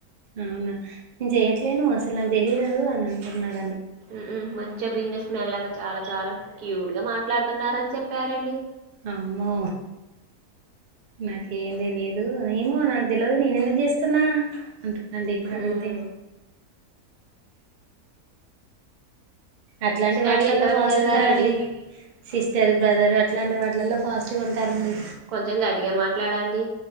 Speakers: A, on the right; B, on the right.
A: అవునా నేను చెయట్లేను అసలు నాకు తెలియదు అని అంటున్నారు
B: హు మంచిగా బిజినెస్ మ్యాన్ లాగా చాలా చాలా క్యూట్ గా మాట్లాడుతున్నార అని చెప్పారండి.
A: అమ్మో నాకేం తెలిదు ఏమో నాకు తెలియదు నేను ఎందుకు చేస్తున్నా అంటున్నాడు అండి ఇప్పుడు అడిగితే
B: ఉమ్,
A: అట్లాంటి
B: స్టడీ
A: వాటిలల్లో
B: ఎంత వరకు
A: ఫాస్ట్
B: చదివారండి
A: ఉంటారండి. సిస్టర్ బ్రదరు అట్లాంటి వాటిలల్లో ఫాస్ట్ గా ఉంటారండి.
B: కొంచెం గట్టిగా మాట్లాడండి